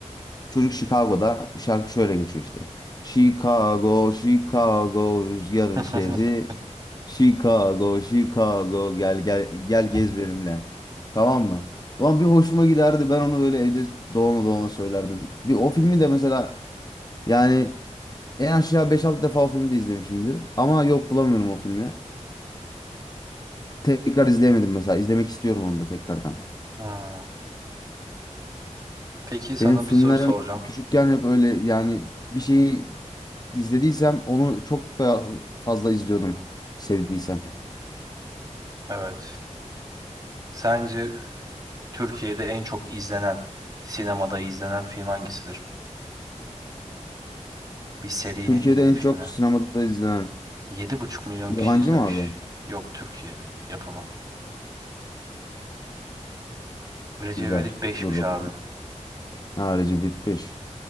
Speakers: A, on the left (about 30°); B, on the right (about 30°).
A: Çocuk Chicago'da şarkı şöyle geçiyor işte. Chicago, Chicago rüzgarın
B: <laughs>
A: şehri. Chicago, Chicago gel gel gel gez benimle. Tamam mı? Ulan bir hoşuma giderdi. Ben onu öyle evde dolana dolana söylerdim. Bir o filmi de mesela yani en aşağı beş altı defa o filmi de izlemişimdir. Ama yok bulamıyorum o filmi. Tekrar izleyemedim mesela. İzlemek istiyorum onu da tekrardan.
B: Ha. Peki sana
A: Benim filmlerim
B: bir soru soracağım.
A: küçükken hep öyle yani bir şeyi izlediysem onu çok da fazla izliyordum sevdiysem.
B: Evet. Sence Türkiye'de en çok izlenen, sinemada izlenen film hangisidir? Bir serinin
A: Türkiye'de
B: yine bir
A: en
B: filmi.
A: çok sinemada izlenen
B: yedi buçuk milyon
A: yabancı
B: kişi izlemiş.
A: mı abi?
B: Yok Türkiye yapımı. Recep
A: Güzel.
B: İvedik 5'miş
A: Dur bakayım.
B: abi.
A: Ha Recep İvedik 5.